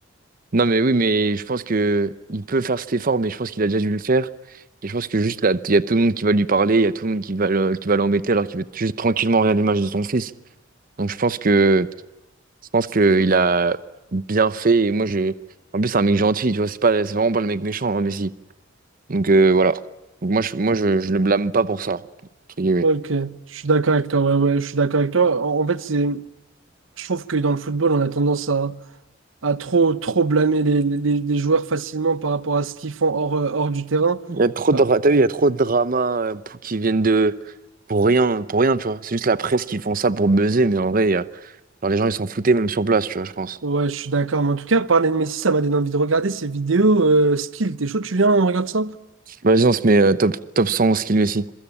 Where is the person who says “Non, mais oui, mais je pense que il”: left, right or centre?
Right